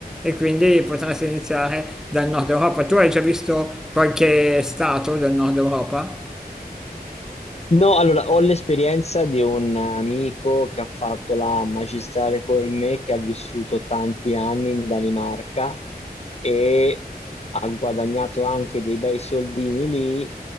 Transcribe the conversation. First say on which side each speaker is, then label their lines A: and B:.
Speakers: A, in the centre; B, on the left.
A: e quindi potresti iniziare dal nord Europa. Tu hai già visto qualche stato del nord Europa?
B: No, allora ho l'esperienza di un amico che ha fatto la magistrale con me, che ha vissuto tanti anni in Danimarca e ha guadagnato anche dei bei soldini lì,